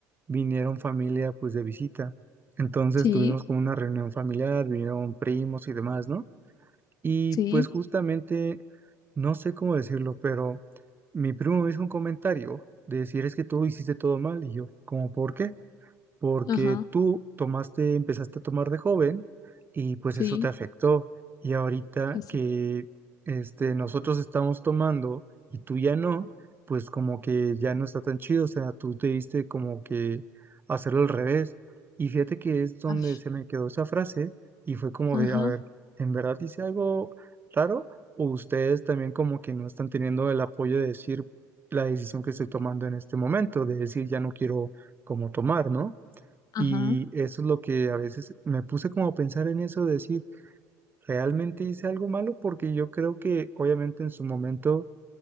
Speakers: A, on the right; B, on the left.
A: vinieron familia, pues, de visita. Entonces
B: Sí,
A: tuvimos como una reunión familiar, vinieron primos y demás, ¿no? Y
B: sí,
A: pues justamente, no sé cómo decirlo, pero mi primo me hizo un comentario de decir, es que tú hiciste todo mal. Y yo, como por qué? porque
B: ajá,
A: tú tomaste, empezaste a tomar de joven y pues
B: sí,
A: eso te afectó. Y ahorita
B: esa.
A: que este, nosotros estamos tomando y tú ya no, pues como que ya no está tan chido, o sea, tú te diste como que hacerlo al revés. Y fíjate que es donde
B: Ash.
A: se me quedó esa frase y fue como
B: Ajá,
A: de, a ver, ¿en verdad hice algo raro? ¿O ustedes también como que no están teniendo el apoyo de decir la decisión que estoy tomando en este momento, de decir ya no quiero como tomar, ¿no?
B: ajá,
A: Y eso es lo que a veces me puse como a pensar en eso, decir, ¿realmente hice algo malo? Porque yo creo que obviamente en su momento